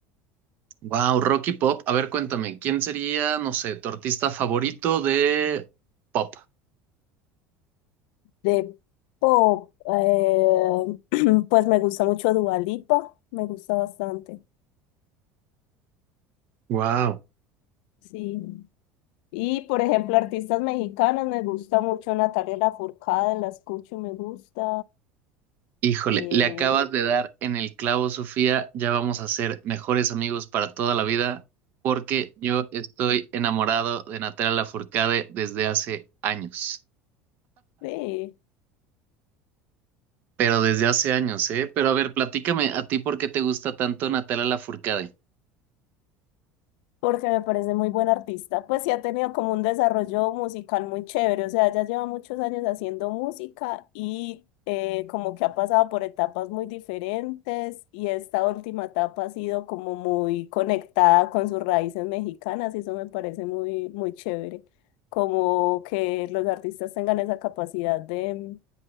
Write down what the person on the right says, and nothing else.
Wow, Rocky Pop. A ver, cuéntame, ¿quién sería, no sé, tu artista favorito de pop?
Wow.
Híjole,
le acabas de dar en el clavo, Sofía. Ya vamos a ser mejores amigos para toda la vida, porque yo estoy enamorado de Natalia Lafourcade desde hace años.
Pero desde hace años, ¿eh? Pero a ver, platícame a ti por qué te gusta tanto Natalia Lafourcade.